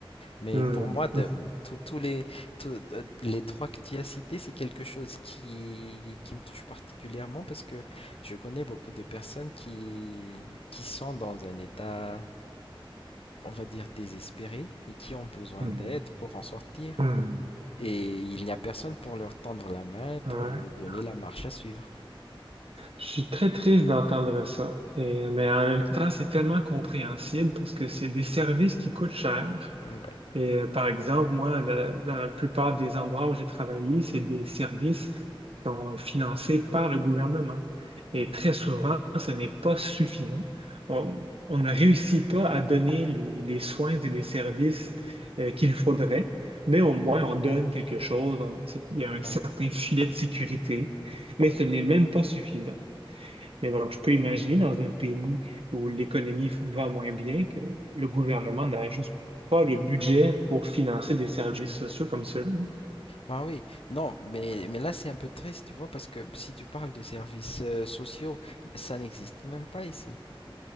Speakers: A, on the left; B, on the right.
A: Mais
B: Mhm.
A: pour moi, de-
B: Mhm.
A: tous tous les, tous, euh, les trois que tu as cités, c'est quelque chose qui, qui me touche particulièrement parce que je connais beaucoup de personnes qui, qui sont dans un état, on va dire, désespéré et qui ont besoin
B: Mhm.
A: d'aide pour en sortir.
B: Mhm.
A: Et il n'y a personne pour leur tendre la main et pour
B: Ouais.
A: leur donner la marche à suivre.
B: Je suis très triste d'entendre ça. Et- mais en même temps, c'est tellement compréhensible parce que c'est des services qui coûtent cher.
A: Ouais.
B: Et euh, par exemple, moi, la- dans la plupart des endroits où j'ai travaillé, c'est des services qui sont euh, financés par le gouvernement. Et
A: Mhm.
B: très souvent, ce n'est pas suffisant. On, on ne réussit pas à donner les, les soins et les services euh, qu'il faudrait, mais au moins on donne quelque chose. on- c'est- il y a un
A: Ah
B: certain
A: Ouais,
B: filet de sécurité, mais
A: ouais.
B: ce n'est même pas suffisant. Mais donc, je peux imaginer dans un pays où l'économie va moins bien que le gouvernement n'a juste pas le budget pour financer des services sociaux comme ceux-là.
A: Ah oui, non, mais, mais là c'est un peu triste, tu vois, parce que si tu parles de services euh, sociaux, ça n'existe même pas ici.